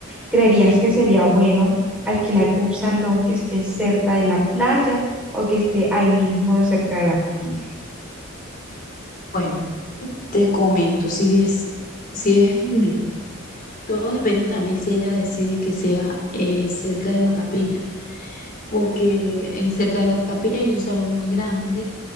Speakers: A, in the centre; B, on the left.
A: ¿Creerías que sería bueno alquilar un salón que esté cerca de la playa o que esté ahí mismo de cerca de la capilla?
B: Bueno, te comento, si es, si es en- todo depende también si ella decide que sea eh, cerca de la capilla, porque en cerca de la capilla hay un salón muy grande